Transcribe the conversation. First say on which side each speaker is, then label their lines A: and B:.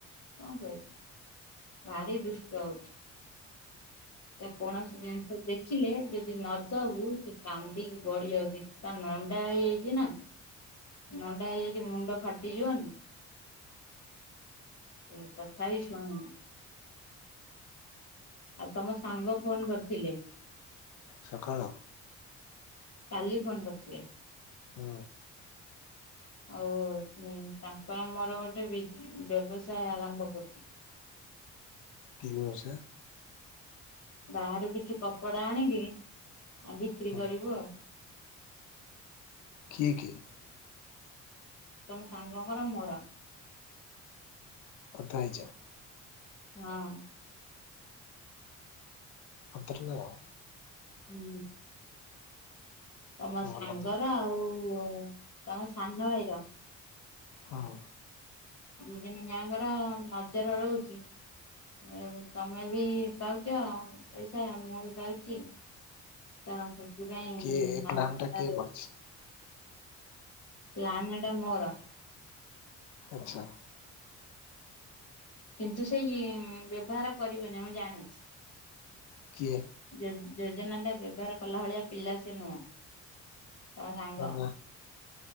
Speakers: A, on the left; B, on the left.
A: କଣ କହିବି ଭାରି ଦୁଷ୍ଟ ହଉଚି। ଯେ କୌଣସି ଜିନିଷ ଦେଖିଲେ ଯଦି ନଦବୁ ସେ କାନ୍ଦିକି ଗଡ଼ି ଯାଉଛି। ତା ନଣ୍ଡା ହେଇଯାଇଚିନା। ନଣ୍ଡା ହେଇଯାଇଛି ମୁଣ୍ଡ ଫାଟିଯିବନି। ହେଇ ତଥାବି ଶୁଣୁନି। ଆ ତମ ସାଙ୍ଗ ଫୋନ କରିଥିଲେ।
B: ସଖଳ?
A: କାଲି ଫୋନ କରିଥିଲେ।
B: ହୁଁ
A: ଆଉ ତାଙ୍କର ମୋର ଗୋଟେ ବି- ବ୍ୟବସାୟ ଆରମ୍ଭ କରିଛୁ।
B: କି ବ୍ୟବସାୟ?
A: ବାହାରୁ କିଛି କପଡା ଆଣିକି ଆଉ ବିକ୍ରି
B: ହୁଁ
A: କରିବୁ ଆଉ।
B: ଠିକ୍ ହେ। ୍
A: ତମ ସାଙ୍ଗ ଙ୍କ ର ମୋର।
B: କଥା ହେଇଚ?
A: ହଁ।
B: ଉଠିଲ।
A: ହୁଁ। ତମ
B: ଭଲ
A: ସାଙ୍ଗର
B: ତ
A: ଆଉ -ତମ ସାନ ଭାଇର।
B: ହଁ।
A: ଦି ଦିନି ମିୟାଙ୍କର ନଜର ରହୁଛି। ଆଉ ତମେ ବି ପାଉଛ, ପଇସା ମୁଁ ବି ପାଉଛି। ତ ସେଥିପାଇଁ
B: କିଏ ଏ
A: ରାଜ
B: ପ୍ଲାନ୍
A: କଠାରେ
B: ଟା କିଏ କରିଛି?
A: ପ୍ଲାନ୍ ଟା ମୋର।
B: ଆଚ୍ଛା।
A: କିନ୍ତୁ ସେଇ ମ ବ୍ୟବହାର କରିବେନି ମୁଁ ଜାଣିଛି।
B: କିଏ?
A: ଯେ ଜେଜେନା ଟା ବ୍ୟବହାର କଲା ଭଳିଆ ପିଲା ସେ ନୁହଁ। ତମ ସାଙ୍ଗ।
B: ନା